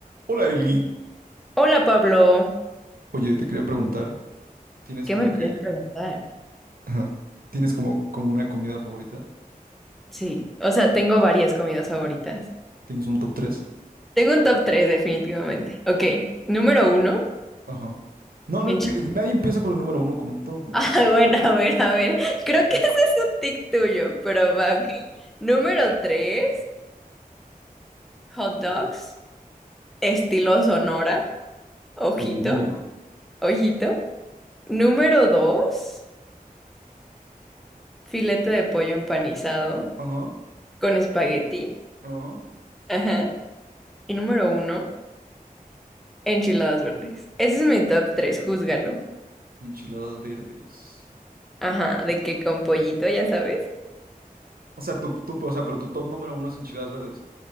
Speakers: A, on the right (about 80°); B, in the centre.
A: Hola Eli,
B: Hola Pablo,
A: oye, te quería preguntar, ¿tienes
B: ¿qué
A: como
B: me querías
A: que,
B: preguntar?
A: ajá, tienes como, como una comida favorita?
B: Sí, o sea, tengo varias comidas favoritas.
A: ¿Tienes un top tres,
B: Tengo un top 3 definitivamente. Ok, número uno.
A: Ajá. No, no
B: en
A: empie-
B: chi-
A: nadie empieza por el número uno con un top,
B: <laughs>
A: mujer.
B: Ah, bueno, a ver, a ver. Creo
A: Top tres,
B: que ese es un tic tuyo, pero va, ok. Número tres, hot dogs, estilo Sonora, ojito,
A: Uy.
B: ojito. Número 2, filete de pollo empanizado
A: Ajá,
B: con espagueti.
A: ajá.
B: Ajá. Y número uno, enchiladas verdes. Ese es mi top 3. júzgalo.
A: Enchiladas verdes.
B: Ajá, de que con pollito, ya sabes.
A: O sea, tu, tu- o sea, pero tu top número uno es enchiladas verdes.